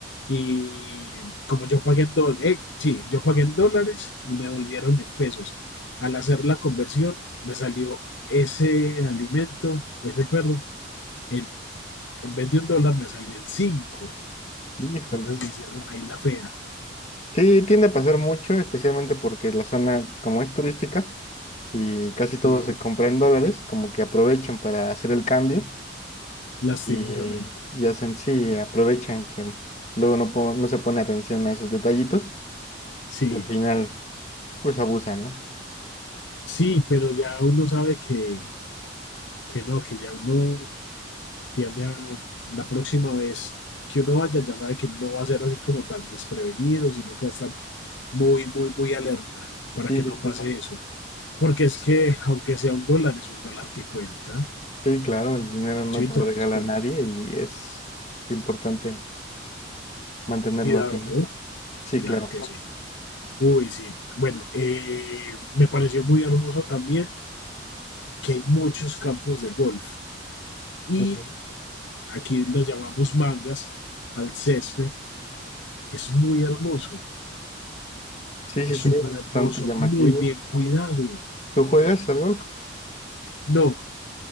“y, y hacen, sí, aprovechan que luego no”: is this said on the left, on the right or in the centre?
Left